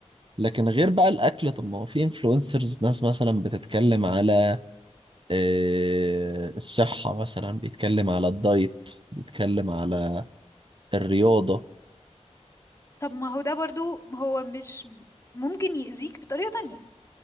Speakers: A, on the right (about 45°); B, on the left (about 25°).
A: لكن غير بقى الاكل طب ما هو في انفلونسرز ناس مثلا بتتكلم على آه، الصحة مثلا بيتكلم على الدايت بيتكلم على الرياضة
B: طب ما هو ده برضو هو مش ممكن يأذيك بطريقة تانية